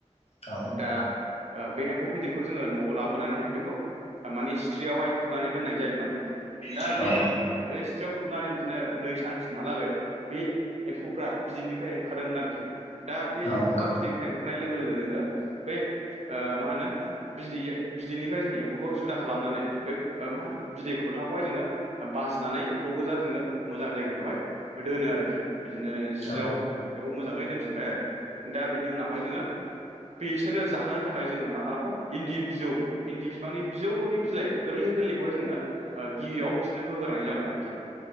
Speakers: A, on the left (about 60°); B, on the right (about 65°).
A: औ
B: दा बे एम्फौ बिदैखौ जोङो न'आव लाबोनानैहाय बेखौ मानानि सिथ्रियावहाय खोबनानै दोननाय जायोमोन दा
A: औ
B: बे स्ट्रियाव खोबनानै बिदिनो नै सानसिमहालागै बे एम्फौफ्रा बिदैनिफ्राय ओंखारोमोन आरोखि दा बे एम्फौआ
A: औ नंगौ
B: बिदैनिफ्राय ओंखारनाय लोगो लोगो जोङो बै मा होनो बिदैया बिदैनिफ्राय जों एम्फौखौ जुदा खालामनानै बे मा होनो बिदै खलथाखौहाय जोङो बासिनानै एम्फौ गोजा जोङो मोजां जायगायावहाय दोनो आरोखि बिदिनो जियाव
A: औ
B: बेयाव मोजाङै दोनफिनबाय आरो दा बिनि उनावहाय जोङो बिसोरनो बेसोरनो जाहोनो थाखाय जोङो मा खालामगोन इन्दि बिजौ इन्दि बिफांनि बिजौनि बिलाइ गोरलै गोरलैखौहाय जोङो ओ गिबियाव बिसोरनो होग्रोनाय जागोन आरोखि